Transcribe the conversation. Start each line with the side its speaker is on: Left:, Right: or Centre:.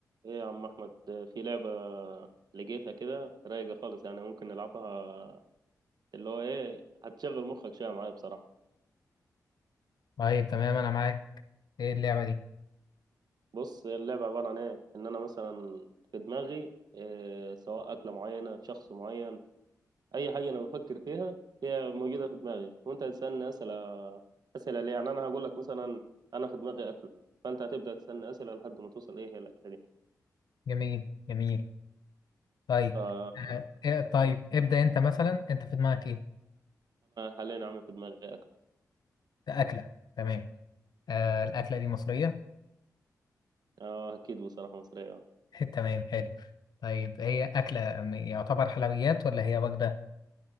Right: ايه يا عم احمد في لعبة لقيتها كده رايقة خالص يعني ممكن نلعبها اللي هو ايه هتشغل مخك شوية معايا بصراحة
Left: طيب تمام انا معاك ايه اللعبة دي
Right: بص اللعبة عبارة عن ايه ان انا مثلا في دماغي إيه سواء اكلة معينة شخص معين اي حاجة انا بفكر فيها هي موجودة في دماغي وانت هتسألني اسئلة اسئلة ليه يعني انا هقول لك مثلا انا في دماغي اكلة فانت هتبدأ تسألني اسئلة لحد ما توصل ايه هي الاكلة دي
Left: جميل جميل طيب
Right: فانا
Left: آه إيه طيب ابدأ انت مثلا انت في دماغك ايه
Right: حاليا عامل في دماغي اكلة
Left: ده اكلة تمام آه الاكلة دي مصرية
Right: اه اكيد بصراحة مصرية
Left: <laughs> تمام حلو طيب هي اكلة م- يعتبر حلويات ولا هي وجبة